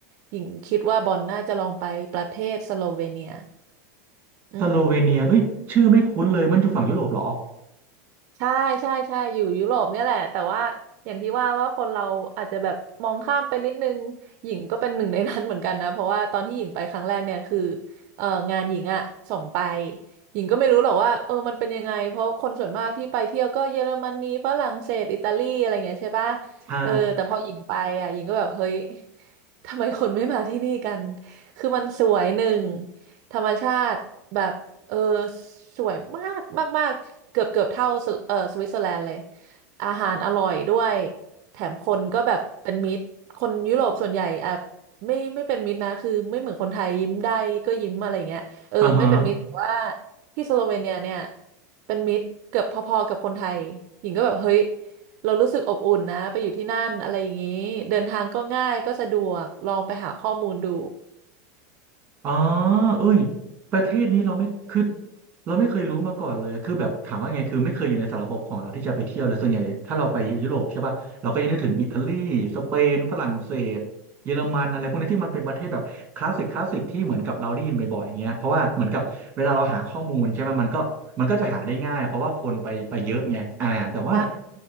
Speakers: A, on the right; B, on the right.
A: หญิงคิดว่าบอลน่าจะลองไปประเทศสโลเวเนียอืม
B: สโลเวเนียเอ้ยชื่อไม่คุ้นเลยมันอยู่ฝั่งยุโรปเหรอ
A: ใช่ใช่ใช่อยู่ยุโรปเนี่ยแหละแต่ว่าอย่างที่ว่าว่าคนเราอาจจะแบบมองข้ามไปนิดนึงหญิงก็เป็นหนึ่งในนั้นเหมือนกันนะเพราะว่าตอนที่หญิงไปครั้งแรกเนี่ยคือเอองานหญิงอะส่งไปหญิงก็ไม่รู้หรอกว่าเออมันเป็นยังไงเพราะคนส่วนมากที่ไปเที่ยวก็เยอรมนีฝรั่งเศสอิตาลีอะไรเงี้ยใช่ปะ
B: ใช่
A: เออแต่พอหญิงไปอะหญิงก็แบบเฮ้ยทำไมคนไม่มาที่นี่กันคือมันสวยหนึ่งธรรมชาติแบบ เออสวยมากมากมากเกือบเกือบเท่าสวิเออสวิตเซอร์แลนด์เลยอาหารอร่อยด้วยแถมคนก็แบบเป็นมิตรคนยุโรปส่วนใหญ่อ่ะไม่ไม่เป็นมิตรนะคือไม่เหมือนคนไทยยิ้มได้ก็ยิ้มอะไรเงี้ยเออไม่เป็นมิตรแต่ว่า
B: อ่าฮะ
A: ที่สโลเวเนียเนี่ยเป็นมิตรเกือบพอๆกับคนไทยหญิงก็แบบเฮ้ยเรารู้สึกอบอุ่นนะไปอยู่ที่นั่นอะไรอย่างนี้เดินทางก็ง่ายก็สะดวกลองไปหาข้อมูลดู
B: อ๋อเอ้ยประเทศนี้เราไม่คือเราไม่เคยรู้มาก่อนเลยคือแบบถามว่าไงคือไม่เคยอยู่ในสารบบของเราที่จะไปเที่ยวเลยส่วนใหญ่ถ้าเราไปยุโรปใช่ป่ะเราก็จะนึกถึงอิตาลีสเปนฝรั่งเศสเยอรมันอะไรพวกนี้ที่มันเป็นประเทศแบบคลาสสิกคลาสสิกที่เหมือนกับเราได้ยินบ่อยๆอย่างเงี้ยเพราะว่าเหมือนกับเวลาเราหาข้อมูลใช่ไหมมันก็มันก็จะหาได้ง่ายเพราะว่าคนไปไปเยอะไงอ่าแต่ว่า
A: อืมใช่